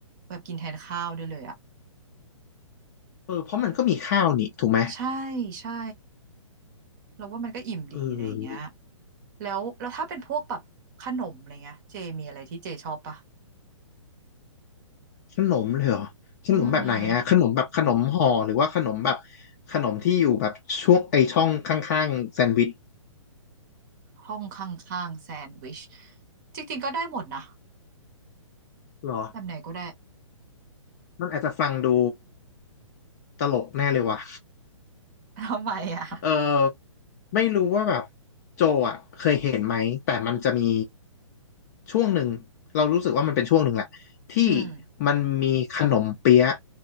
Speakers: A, on the right; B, on the left.
A: แบบกินแทนข้าวได้เลยอ่ะ
B: เออเพราะมันก็มีข้าวนี่ถูกไหม
A: ใช่ใช่เราว่ามันก็อิ่มดีอะไรอย่างเงี้ย
B: เออ
A: แล้วแล้วถ้าเป็นพวกแบบขนมอะไรเงี้ยเจมีอะไรที่เจชอบปะ
B: ขนมเลยเหรอ ขนมแบบไหนอะขนมแบบขนมห่อหรือว่าขนมแบบ
A: อืม
B: ขนมที่อยู่แบบช่วงไอช่องข้างๆแซนด์วิช
A: ห้องข้างๆแซนด์วิชจริงๆก็ได้หมดนะ
B: เหรอ
A: แบบไหนก็ได้
B: มันอาจจะฟังดู ตลกแน่เลยว่ะ
A: <laughs> ทำไมอ่ะ
B: เออไม่รู้ว่าแบบโจอ่ะเคยเห็นไหม แต่มันจะมีช่วงหนึ่งเรารู้สึกว่ามันเป็นช่วงหนึ่งแหละที่
A: อืม
B: มันมีขนมเปี๊ยะ